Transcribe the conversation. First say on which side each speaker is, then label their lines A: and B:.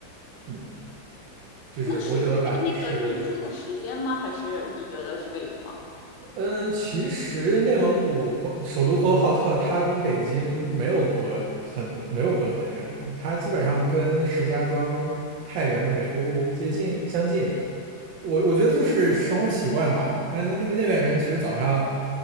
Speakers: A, on the right; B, on the left.
A: 嗯，就是我指的晚是
B: 那是因为那个日出的时间吗？还是你觉得是为什么？
A: 嗯，其实内蒙古包首都呼和浩特，它跟北京没有隔很没有隔很远，它基本上跟石家庄、太原的纬度接近相近。我我觉得就是生活习惯吧。那那那边那边人其实早上，